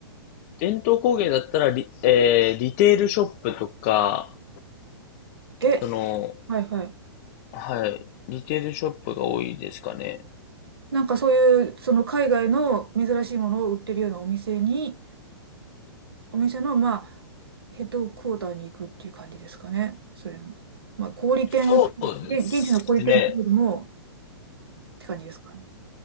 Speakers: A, on the left; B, on the right.
A: 伝統工芸だったらリ、えーリテールショップとか、
B: え、
A: その、
B: はいはい。
A: はい、リテールショップが多いですかね。
B: なんかそういう、その海外の珍しいものを売ってるようなお店に、お店の、まあ、ヘッドクォーターに行くっていう感じですかね。それの。まあ、小売店、
A: そうですね。
B: げ現地の小売店というよりも、って感じですかね。